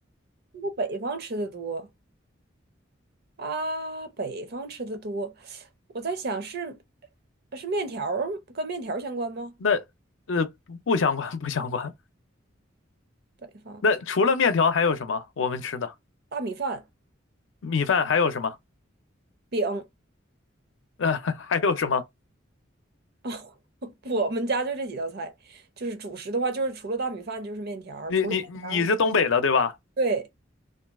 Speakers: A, on the right; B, on the left.
A: 中国北方吃的多啊，北方吃的多，我在想是是面条儿跟面条儿相关吗？
B: <laughs> 那呃不不相关不相关。
A: 北方
B: 那除了面条还有什么我们吃的？
A: 大米饭。
B: 米饭还有什么？
A: 饼哦，
B: 呃，<laughs> 还有什么？
A: <laughs> 我们家就这几道菜，就是主食的话，就是除了大米饭就是面条儿除了面条儿就是
B: 你你你是东北的对吧？
A: 对